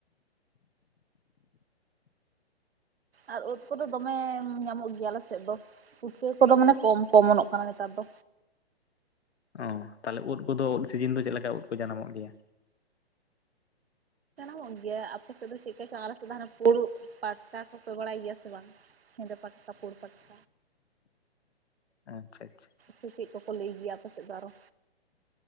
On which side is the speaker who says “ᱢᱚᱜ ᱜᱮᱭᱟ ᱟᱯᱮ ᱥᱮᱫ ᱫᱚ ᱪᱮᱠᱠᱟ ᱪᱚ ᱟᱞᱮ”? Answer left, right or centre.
Right